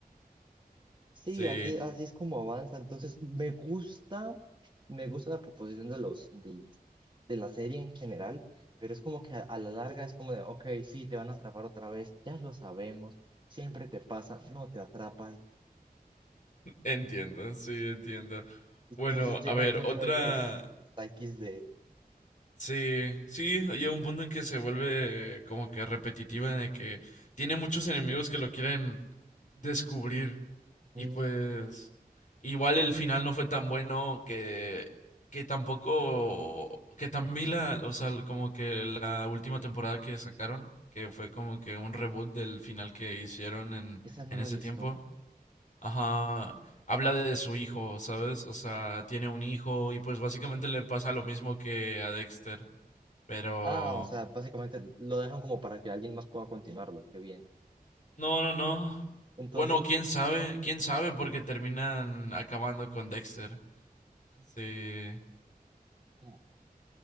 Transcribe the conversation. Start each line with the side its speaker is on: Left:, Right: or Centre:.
Right: Sí,
Left: Sí,
Right: así, así es como avanza. Entonces, me gusta, me gusta la proposición de los, de, de la serie en general, pero es como que a, a la larga es como de, ok, sí, te van a atrapar otra vez, ya lo sabemos, siempre te pasa, no te atrapan.
Left: entiendo, sí, entiendo.
Right: Entonces
Left: Bueno,
Right: llega
Left: a ver,
Right: un punto
Left: otra,
Right: en el que es está X de,
Left: Sí, sí, llega un punto en que se vuelve como que repetitiva, de que tiene muchos enemigos que lo quieren descubrir. Y
Right: "Mm,
Left: pues, igual el final no fue tan bueno que, que tampoco, que también la, o sea, como que la última temporada que sacaron, que fue como que un reboot del final que hicieron en,
Right: esa no
Left: en
Right: la
Left: ese
Right: he visto.
Left: tiempo, ajá, habla de su hijo, ¿sabes? O sea, tiene un hijo y pues básicamente le pasa lo mismo que a Dexter. Pero.
Right: Ah, o sea, básicamente lo dejan como para que alguien más pueda continuarlo, qué bien.
Left: No, no, no.
Right: Entonces...
Left: Bueno, quién sabe, quién sabe, porque terminan acabando con Dexter. Sí,
Right: mm,